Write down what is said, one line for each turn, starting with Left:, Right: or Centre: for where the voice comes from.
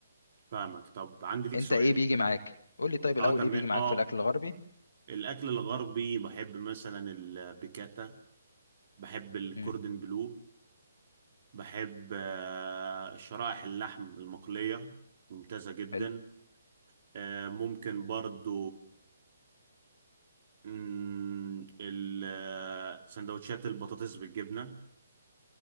Right: فاهمك طب عندي ليك
Left: انت
Right: سؤال
Left: ايه بيجي معاك قول لي طيب
Right: اه
Left: الاول
Right: تمام
Left: ايه بيجي معاك
Right: اه
Left: في الاكل الغربي
Right: الاكل الغربي بحب مثلا البيكاتا بحب الكوردن
Left: امم
Right: بلو بحب آه، شرائح اللحم المقلية ممتازة جدا
Left: حلو
Right: آه، ممكن برضو مم، ال- آه، سندوتشات البطاطس بالجبنة